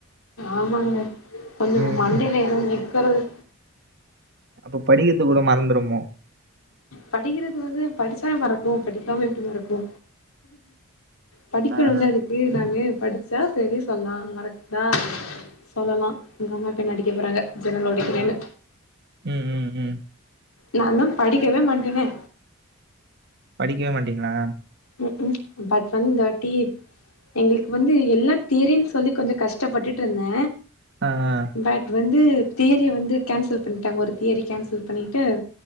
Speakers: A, on the left; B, on the right.
A: ஆமாங்க கொஞ்சோ
B: ம்
A: மண்டைல எதுவு நிக்கறது
B: அப்ப படிக்கிறது கூட மறந்துருமோ
A: படிக்கிறது வந்து படிச்சா மறக்கு படிக்காம எப்படி மறக்கு படிக்கணுல்ல
B: ஆ ஆ
A: அதுக்கு நானு படிச்சா சரி சொல்லா மறக்குதா சொல்லலா எங்க அம்மா இப்ப என்ன அடிக்க போறாங்க ஜன்னல் ஓடக்கிறேனு
B: ம் ம் ம்
A: நா தா படிக்கவே மாட்டனே
B: படிக்கவே மாட்டீங்ளா
A: ம் ம் பட் வந்து இந்வாட்டி எங்களுக் வந் து எல்லா தியரி சொல்லி கொஞ்சோ கஷ்டப்பட்டுட்ருந்தே
B: ஆ ஆ
A: பட் வந்து தியரிய வந்து கேன்சல் பண்ட்டாங்க ஒரு தியரி கேன்சல் பண்ணிட்டு